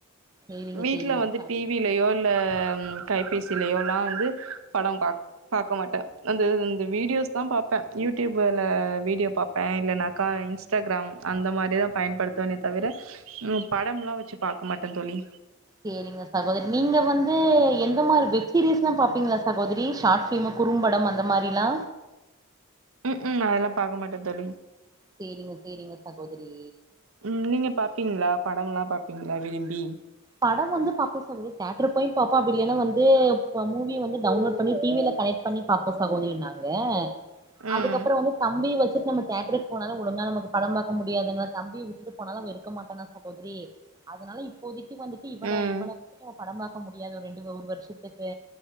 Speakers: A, on the right; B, on the right.
A: சேரிங்க
B: வீட்ல
A: சேரிங்க
B: வந்து டி வி லேயோ இல்ல கைபேசிலேயோலா வந்து படோ பாக் பாக்க மாட்டே அந்தது இந் த வீடியோஸ் தா பாப்பே யூடியூபுல வீடியோ பாப்பே இல்லனாக்கா இன்ஸ்டாகிராம் அந்த மாரிதா பயன்படுத்துவேனே தவிர உ படம்லா வச்சு பாக்க மாட்டே தோழி
A: சேரிங்க சகோதரி நீங்க வந்து எந்த மார் வெப்சீரிஸ்தா பாப்பிங்ளா சகோதரி ஷார்ட் பிலிமு குறும்படம் அந்த மாரிலா
B: உஉம் அதெல்லா பாக்க மாட்டே தோழி
A: சேரிங்கோ கேரிங்கோ சகோதரி
B: ம் நீங்க பாப்பிங்ளா படல்லா பாப்பிங்ளா விரும்பி
A: படொ வந்து பாப்பே சகோதரி தேட்டர் போய் பாப்பா அப்பிடி என வந்து அ மூவி வந்து டவ்ன்லோட் பண்ணி டிவில கனெட் பண்ணி பாப்போ சகோதரி நாங்க
B: ம்
A: அதுக்கப்றொ வந்து தம்பி வச்சிட் நம்ம தேட்ருக் போனாலு ஒழுங்கா நமக்கு படம் பாக்க முடியாதுங்க தம்பிய விட்டுட்டு போனாலு அவ் வெருக்க மாட்டா தா சகோதரி னால இப்போதிக்கு வந்துட்டு இவன
B: ம்
A: இவன <unintelligible> படம் பாக்க முடியாது ஒ ரெண்டுவொ ஒரு வர்ஷத்துக்கு